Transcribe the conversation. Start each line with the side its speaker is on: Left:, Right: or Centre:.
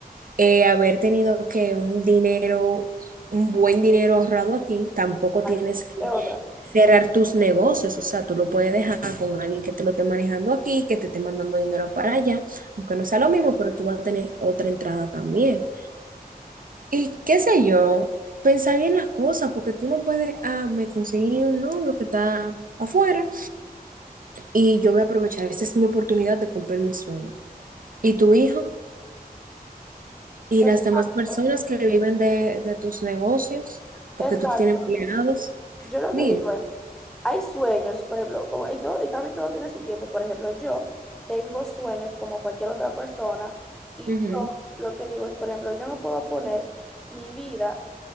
Right: eh, haber tenido que un dinero, un buen dinero ahorrado aquí, tampoco
Centre: parte,
Right: tienes que
Centre: de otra.
Right: cerrar tus negocios, o sea, tú lo puedes dejar con alguien que te lo esté manejando aquí, que te esté mandando dinero para allá, aunque no sea lo mismo, pero tú vas a tener otra entrada también. Y qué sé yo, pensar bien las cosas, porque tú no puedes, ah, me conseguí un novio que está afuera y yo voy a aprovechar, esta es mi oportunidad de cumplir mi sueño. Y tu hijo y
Centre: Exacto,
Right: las demás personas que viven de, de tus negocios, porque
Centre: exacto.
Right: tú tienes empleados,
Centre: Yo lo
Right: dime.
Centre: que digo es, Hay sueños, por ejemplo, como, y, todo, y también todo tiene su tiempo. Por ejemplo, yo tengo sueños como cualquier otra persona y
Right: Ujú,
Centre: yo lo que digo es, por ejemplo, yo no puedo poner mi vida